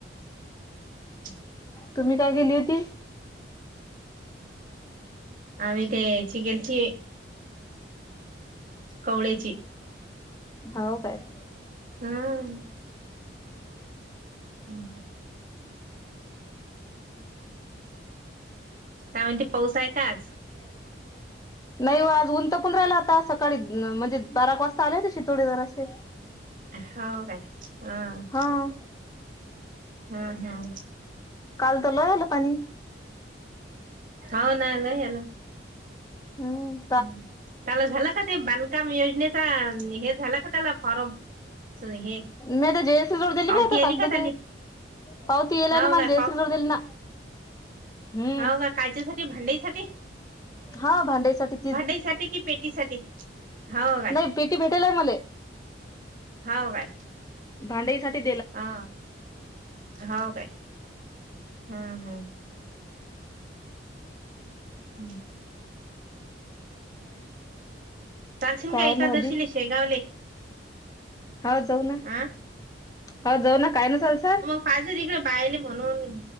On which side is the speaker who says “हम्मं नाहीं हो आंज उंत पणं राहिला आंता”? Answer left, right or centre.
Left